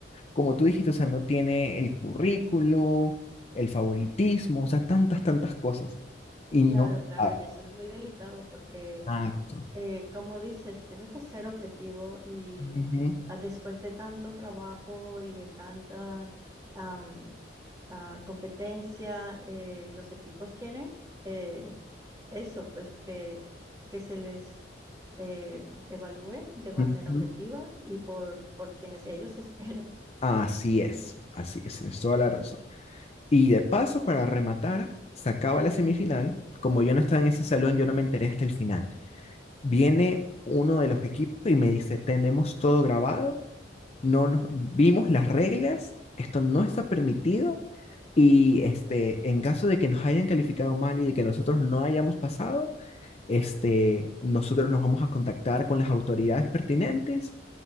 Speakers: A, on the left (about 35°); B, on the right (about 20°).
A: como tú dijiste, o sea, no tiene el currículo, el favoritismo, o sea, tantas, tantas cosas. Y no.
B: Claro, claro,
A: ah,
B: y eso es muy delicado porque
A: Exacto.
B: eh, como dices, tiene que ser objetivo y
A: Ujú,
B: ah, después de tanto trabajo y de tanta am, ah, competencia, eh, los equipos quieren eh, eso, pues que, que se les eh, evalúe de manera
A: ujú.
B: objetiva y por, por quienes ellos <laughs> esperan.
A: Así es, así es, tienes toda la razón. Y de paso, para rematar, se acaba la semifinal. Como yo no estaba en ese salón, yo no me enteré hasta el final. Viene uno de los equipos y me dice, tenemos todo grabado, no nos vimos las reglas, esto no está permitido Y este, en caso de que nos hayan calificado mal y de que nosotros no hayamos pasado, este, nosotros nos vamos a contactar con las autoridades pertinentes